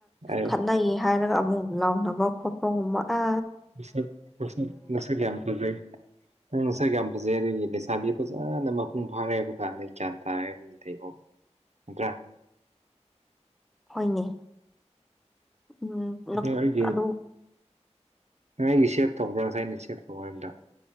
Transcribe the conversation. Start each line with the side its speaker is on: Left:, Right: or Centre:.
Right: ꯑꯩ
Centre: ꯈꯠꯅꯩꯌꯦ꯫ ꯐꯥꯔꯒ ꯑꯃꯨꯛ ꯂꯥꯎꯅꯕ ꯈꯣꯠꯄꯒꯨꯝꯕ ꯑ
Right: ꯃꯁꯛ ꯃꯁꯛ ꯃꯁꯛ ꯌꯥꯝ ꯐꯖꯩ꯫ ꯅꯪ ꯅꯁꯛ ꯌꯥꯝ ꯐꯖꯩ ꯑꯗꯨꯒꯤ ꯂꯩꯁꯥꯕꯤ ꯐꯖꯅ ꯃꯄꯨꯡ ꯐꯥꯔꯦꯕ ꯀꯥꯟꯗ ꯒ꯭ꯌꯥꯟ ꯇꯥꯔꯦ꯫ ꯅꯠꯇꯦꯀꯣ ꯅꯠꯇ꯭ꯔꯥ꯫
Centre: ꯍꯣꯏꯅꯦ ꯎꯝ
Right: ꯑꯕꯦ ꯑꯩꯒꯤ
Centre: ꯑꯗꯨ
Right: ꯅꯪ ꯑꯩꯒꯤ ꯁꯦꯚ ꯇꯧꯕ꯭ꯔꯥ ꯉꯁꯥꯏ ꯑꯩꯅ ꯁꯦꯚ ꯇꯧꯕ ꯍꯥꯏꯕꯗꯣ